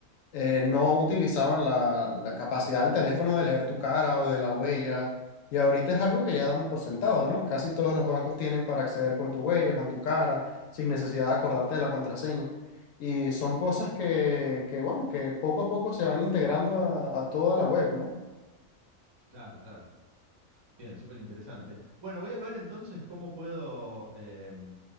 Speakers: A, on the left; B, on the right.
A: eh, no utilizaban la, la capacidad del teléfono de leer tu cara o de la huella. Y ahorita es algo que ya damos por sentado, ¿no? Casi todos los bancos tienen para acceder con tu huella, con tu cara, sin necesidad de acordarte de la contraseña. Y son cosas que, que bueno, que poco a poco se van integrando a, a toda la web, ¿no?
B: Claro, claro. Bien, súper interesante. Bueno, voy a ver entonces cómo puedo em,